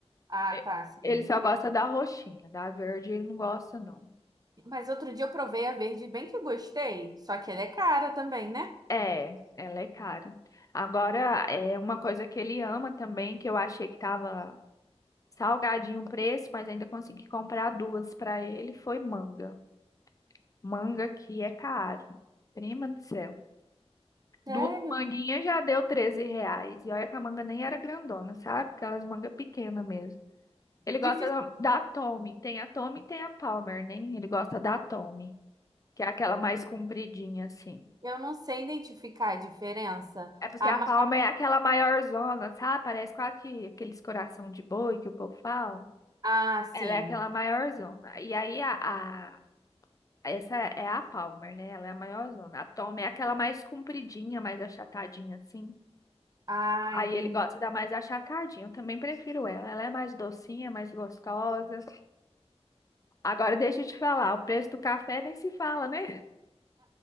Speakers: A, on the right; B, on the left.
A: Ah,
B: E-
A: tá, sim.
B: Ele só
A: Eu-
B: gosta da roxinha, da verde ele não gosta, não.
A: Mas outro dia eu provei a verde, bem que eu gostei. Só que ela é cara também, né?
B: É, ela é cara. Agora, é uma coisa que ele ama também, que eu achei que tava salgadinho o preço, mas ainda consegui comprar duas para ele, foi manga. Manga que é caro. Prima do céu.
A: Sério?
B: Duas manguinhas já deu 13 reais. E olha que a manga nem era grandona, sabe? Aquelas mangas pequenas mesmo. Ele gosta
A: Difícil.
B: da, da Tommy. Tem a Tommy e tem a Palmer, né? Ele gosta da Tommy, que é aquela mais compridinha, assim.
A: Eu não sei identificar a diferença.
B: É porque
A: A
B: a
A: ma-
B: palma é aquela maior zona, sabe? Parece quase que aqueles coração de boi que o povo fala.
A: Ah,
B: Ela
A: sim.
B: é aquela maior zona. E aí a, a- essa é a Palmer, né? Ela é a maior zona. A Tom é aquela mais compridinha, mais achatadinha assim.
A: Ah,
B: Aí
A: entendi.
B: ele gosta da mais achatadinha. Eu também prefiro ela. Ela é mais docinha, mais gostosa. Agora deixa eu te falar, o preço do café nem se fala, né?